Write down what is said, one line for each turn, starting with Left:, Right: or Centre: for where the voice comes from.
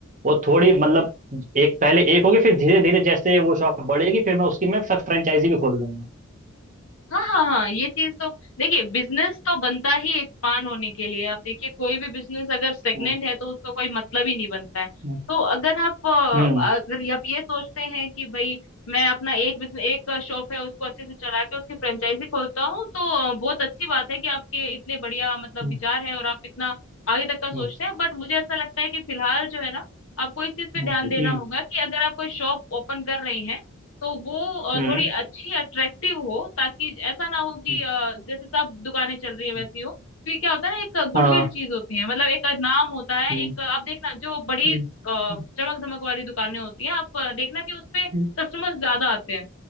Right: वो थोड़ी मतलब एक पहले एक होगी फिर धीरे धीरे जैसे वो शॉप बढ़ेगी फिर मैं उसकी मैं फ्रेंचाइजी भी खोल लूंगा
Left: हाँ हाँ हाँ ये चीज तो देखिए बिजनेस तो बनता ही एक्सपांड होने के लिए आप देखिए कोई भी बिजनेस अगर स्टेगनेंट
Right: हम्म
Left: है तो उसका कोई मतलब ही नहीं बनता है
Right: हम्म
Left: तो अगर आप अ,
Right: हम्म
Left: अगर आप ये सोचते हैं कि भाई मैं अपना एक बिजनेस एक शॉप है उसको अच्छे से चला के उसकी फ्रेंचाइजी खोलता हूँ तो अ, बहुत अच्छी बात है कि आपके इतने बढ़िया मतलब
Right: हम्म
Left: विचार है और आप इतना आगे तक का सोचते
Right: हम्म
Left: हैं बट मुझे ऐसा लगता है कि फिलहाल जो है ना आपको इस चीज पे
Right: हम्म
Left: ध्यान
Right: हम्म
Left: देना
Right: हम्म
Left: होगा कि अगर आप कोई शॉप ओपन कर रहे हैं तो वो अ,
Right: हम्म,
Left: थोड़ी
Right: हम्म हम्म
Left: अच्छी अट्रैक्टिव हो ताकि ऐसा ना हो कि
Right: हम्म,
Left: अ, जैसे सब दुकानें चल रही है वैसी
Right: हम्म,
Left: हो तो ये क्या होता है ना एक गुडविल
Right: हाँ
Left: चीज होती है मतलब एक नाम होता है
Right: हम्म,
Left: एक आप देखना जो बड़ी
Right: हम्म,
Left: चमक
Right: हम्म,
Left: धमक वाली दुकानें होती हैं आप देखना कि उसपे
Right: हम्म।
Left: कस्टमर्स ज्यादा आते हैं